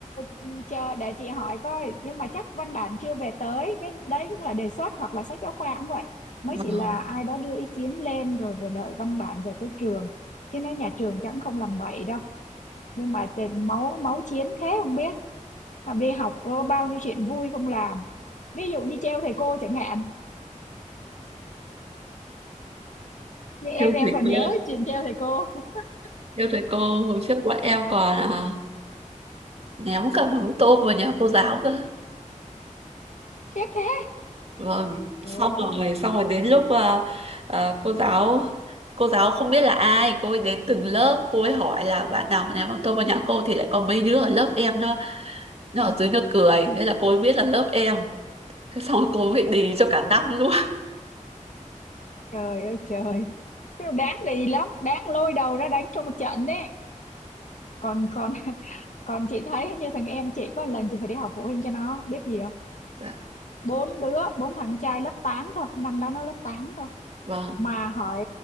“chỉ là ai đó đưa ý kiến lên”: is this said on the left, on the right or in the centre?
Left